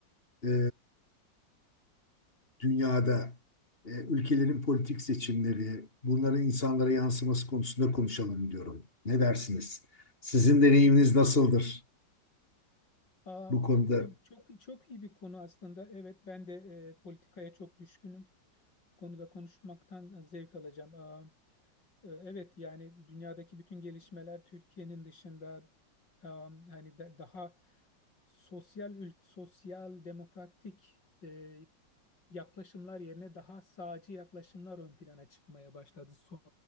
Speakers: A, on the left; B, on the left.
A: e, dünyada e, ülkelerin politik seçimleri, bunların insanlara yansıması konusunda konuşalım diyorum. Ne dersiniz? Sizin deneyiminiz nasıldır
B: Aa,
A: bu konuda?
B: e, çok çok iyi bir konu aslında. Evet, ben de e, politikaya çok düşkünüm. Bu Konuda konuşmaktan e, zevk alacağım. Aa, e, evet, yani dünyadaki bütün gelişmeler Türkiye'nin dışında aa, hani da- daha sosyal ül- sosyal demokratik e, yaklaşımlar yerine daha sağcı yaklaşımlar ön plana çıkmaya başladı son